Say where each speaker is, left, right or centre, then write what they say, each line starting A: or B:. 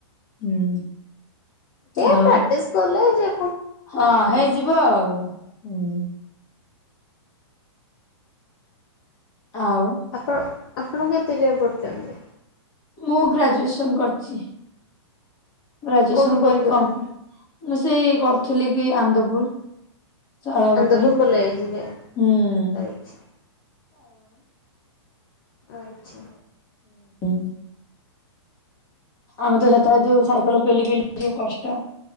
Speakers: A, on the left (about 25°); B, on the left (about 45°).
A: ହୁଁ।
B: ଏ
A: ଆଉ
B: ପ୍ରାକ୍ଟସ୍ କଲେ ଯେ
A: ହଁ, ହେଇଯିବ ଆଉ ହୁଁ। ଆଉ
B: ଆପଣ ଆପଣ କେତେ ଯାଏ ପ଼ଢିଚ୍ଛନ୍ତି?
A: ମୁଁ ଗ୍ରାଜୁଏସନ୍ କରିଛି। ଗ୍ରାଜୁଏସନ
B: କୋଉଠି ପଢୁଥିଲ?
A: କରି କମ୍ପୁ-ମୁଁ ସେଇ କରୁଥିଲି କି ଆନ୍ଦପୁର। ଚାଳ
B: ଆନ୍ଦପୁର
A: ବଣୀ,
B: କଲେଜରେ
A: ହୁଁ।
B: ଆଚ୍ଛା ଆଚ୍ଛା
A: <inaudible> ଆମେ ତ ସେତ ବେଳେ ଯୋଉ ସାଇକେଲ ପେଲି ପେଲି ଯୋଉ କଷ୍ଟ।